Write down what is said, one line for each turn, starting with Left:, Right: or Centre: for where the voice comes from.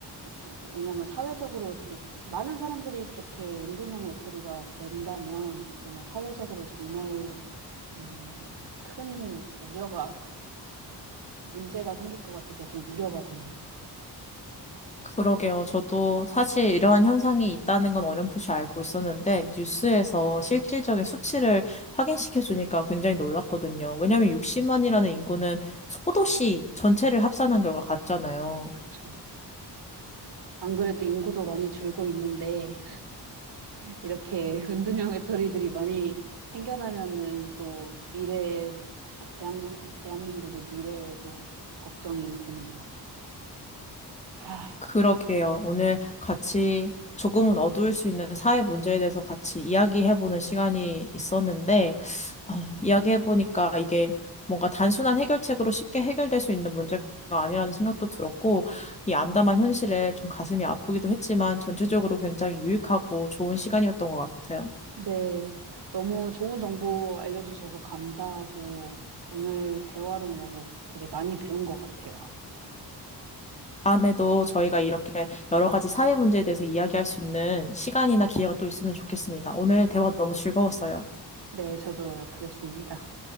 Right: 좀- 왜냐면 사회적으로 되게 많은 사람들이 그렇게 은둔형 외톨이가 된다면 그러면 사회적으로 정말 음, 큰 우려가 문제가 생길 것 같아서 좀 우려가 되네요.
Left: 그러게요. 저도 사실 이러한 현상이 있다는 건 어렴풋이 알고 있었는데, 뉴스에서 실질적인 수치를 확인시켜 주니까 굉장히 놀랐거든요. 왜냐하면 60만이라는 인구는 소도시 전체를 합산한 결과 같잖아요.
Right: 그쵸. 안 그래도 인구도 많이 줄고 있는데 이렇게 <laughs> 은둔형 외톨이들이 많이 생겨나면은 또 미래에, 대한민국, 대한민국의 미래에도 걱정이 되네요. 아,
Left: 그러게요. 오늘 같이 조금은 어두울 수 있는 사회 문제에 대해서 같이 이야기해보는 시간이 있었는데, 어, 이야기해보니까 이게 뭔가 단순한 해결책으로 쉽게 해결될 수 있는 문제가 아니라는 생각도 들었고, 이 암담한 현실에 좀 가슴이 아프기도 했지만, 전체적으로 굉장히 유익하고 좋은 시간이었던 것 같아요.
Right: 네. 너무 좋은 정보 알려주셔서 감사하고 오늘 대화로 인해서 되게 많이 배운 것 같아요.
Left: 다음에도 저희가 이렇게 여러 가지 사회 문제에 대해서 이야기할 수 있는 시간이나 기회가 또 있으면 좋겠습니다. 오늘 대화 너무 즐거웠어요.
Right: 네, 저도 그랬습니다.